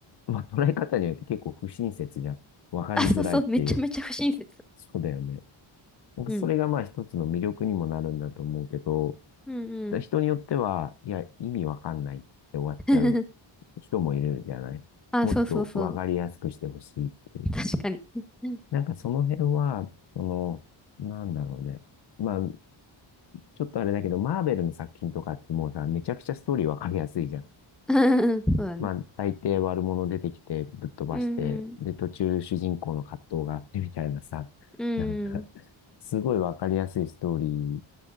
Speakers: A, on the left; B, in the centre.
A: まあ、捉え方によって結構不親切じゃん。わかりづらいっていう。
B: あ、そうそう、めちゃめちゃ不親切。
A: そうだよね。なんか、
B: うん。
A: それがまあ一つの魅力にもなるんだと思うけど、
B: うんうん。
A: だ人によっては、いや、意味わかんないって終わっちゃう
B: <laughs>
A: 人もいるじゃない。
B: あ、
A: もっとわかりやすくしてほしいっていう。
B: そうそうそう。確かに。<laughs>
A: なんか、その辺は、その、なんだろうね。まあ、ちょっとあれだけど、マーベルの作品とかってもうさ、めちゃくちゃストーリーわかりやすいじゃん。
B: うんそうだね。
A: まあ、大抵悪者出てきてぶっ飛ばして、
B: うんうん。
A: で、途中主人公の葛藤があってみたいなさ、<laughs>
B: うん。
A: なんか、すごいわかりやすいストーリ